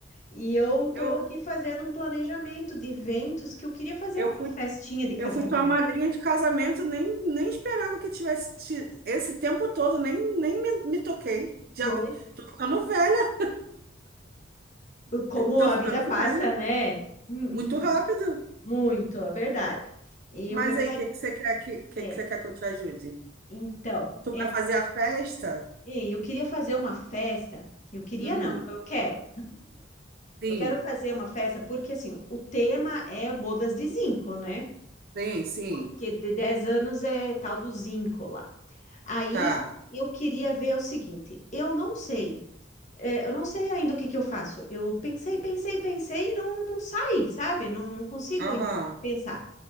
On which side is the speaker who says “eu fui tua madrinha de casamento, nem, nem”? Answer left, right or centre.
Right